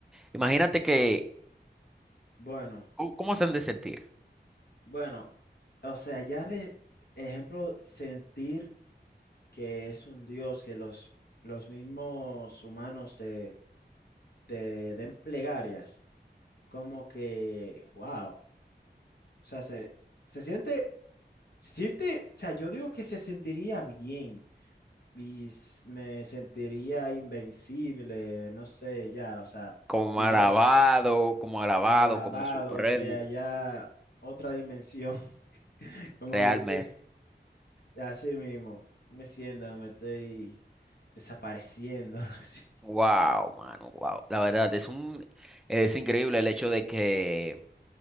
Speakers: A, in the centre; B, on the left (about 60°).
A: Imagínate que,
B: Bueno,
A: ¿cómo cómo se han de sentir?
B: bueno, o sea, ya de ejemplo, sentir que es un dios, que los, los mismos humanos te te den plegarias, como que, wow, o sea, se, se siente, se siente, o sea, yo digo que se sentiría bien y s- me sentiría invencible, no sé, ya, o sea,
A: Como
B: si
A: alabado,
B: yo s-
A: como alabado,
B: alabado,
A: como supremo,
B: o sea, ya otra dimensión, <laughs> como
A: realmente.
B: dice, así mismo, me siento, me estoy desapareciendo, <laughs> así.
A: Wow, mano, wow. La verdad, es un, es increíble el hecho de que